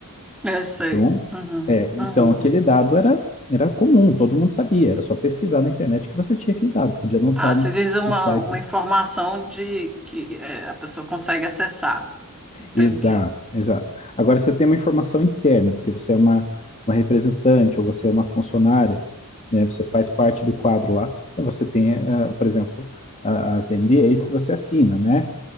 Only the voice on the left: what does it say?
Então,
é,
então aquele dado era, era comum, todo mundo sabia, era só pesquisar na internet que você tinha aquele dado, podia não
estar no,
no site.
Exato, exato. Agora você tem uma informação interna, porque você é uma, uma representante ou você é uma funcionária, né, você faz parte do quadro lá, aí você tem, ah, por exemplo, a- as NDAs que você assina, né?